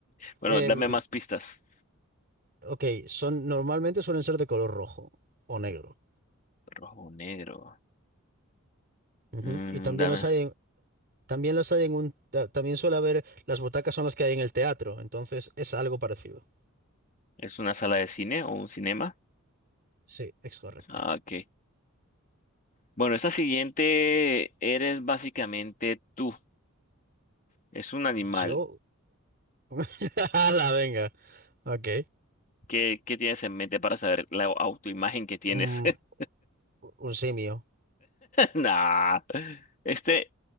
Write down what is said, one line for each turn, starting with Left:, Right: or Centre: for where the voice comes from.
Left: Bueno,
Right: Em,
Left: dame más pistas.
Right: ok, son, normalmente suelen ser de color rojo o negro.
Left: Rojo, negro.
Right: Ujú.
Left: Mm,
Right: Y también
Left: dame.
Right: las hay en, también las hay en un, ta- también suele haber, las butacas son las que hay en el teatro, entonces es algo parecido.
Left: ¿Es una sala de cine o un cinema?
Right: Sí, es correcto.
Left: Ah, ok. Bueno, esta siguiente eres básicamente tú. Es un animal.
Right: Yo, <laughs> la venga, ok.
Left: ¿Qué, qué tienes en mente para saber la autoimagen que tienes?
Right: Un,
Left: <laughs>
Right: un simio.
Left: Nah. Este,